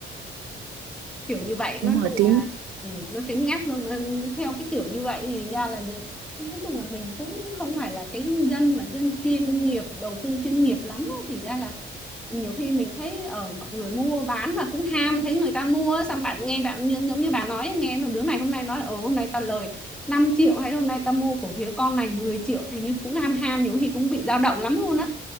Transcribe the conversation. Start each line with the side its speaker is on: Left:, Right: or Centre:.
Centre: kiểu như vậy
Right: Đúng
Centre: nó
Right: rồi,
Centre: chung
Right: tiếng
Centre: là ừ, nó tiếng ngáp luôn mà theo cái kiểu như vậy thì thành ra là dân- nói chung là mình cũng không phải là cái dân mà dân chuyên nghiệp đầu tư chuyên nghiệp lắm á. thành ra là nhiều khi mình thấy ở mọi người mua bán và cũng ham thấy người ta mua xong bạn nghe bạn như- giống như bà nói nghe thằng đứa này hôm nay nói là ồ hôm nay tao lời năm triệu hay hôm nay ta mua cổ phiếu con này mười triệu thì như cũng ham ham nhiều khi cũng bị dao động lắm luôn á